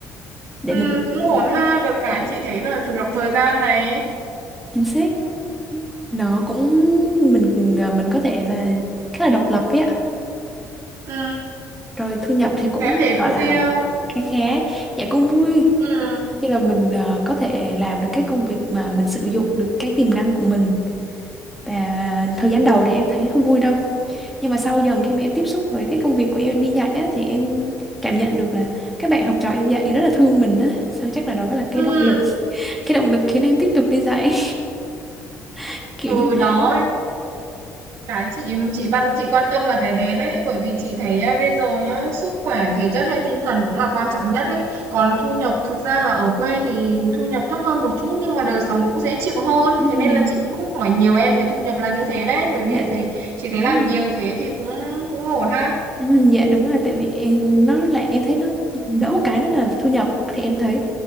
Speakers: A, in the centre; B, on the right.
A: để
B: ừ
A: mình
B: cũng
A: <laughs>
B: ổn ha được cái
A: Dạ,
B: chị thấy là chủ động thời gian này
A: chính xác nó cũng mình ờ, mình có thể là khá là độc lập ấy ạ
B: ừ
A: rồi thu nhập thì cũng
B: thế em thấy
A: được gọi
B: vui
A: là
B: không
A: khá khá dạ cũng vui
B: ừ
A: khi là mình ờ, có thể làm được cái công việc mà mình sử dụng được cái tiềm năng của mình và thời gian đầu thì em thấy không vui đâu nhưng mà sau dần khi mà em tiếp xúc với cái công việc của em em đi dạy á, thì em cảm nhận được là các bạn học trò em dạy rất là thương mình á sao chắc là đó là cái
B: ừ
A: động lực cái động lực khiến em tiếp tục đi dạy <laughs> kiểu
B: ừ
A: như
B: đó
A: thế <laughs>
B: cái chị chị bắt chị quan tâm là cái đấy đấy bởi vì chị thấy à, bây giờ nhá sức khỏe thể chất hay tinh thần cũng là quan trọng nhất đấy còn thu nhập thực ra là ở quê thì thu nhập thấp hơn một chút nhưng mà đời sống cũng dễ chịu hơn
A: Ừm,
B: thế nên là chị cũng không hỏi nhiều em về thu nhập là như thế đấy bởi
A: dạ
B: vì em thấy chị thấy
A: đúng
B: làm
A: rồi
B: nhiều thế thì cũng cũng ổn ha
A: Ừm, dạ đúng rồi tại vì em, nó là em thấy nó đỡ một cái đó là thu nhập thì em thấy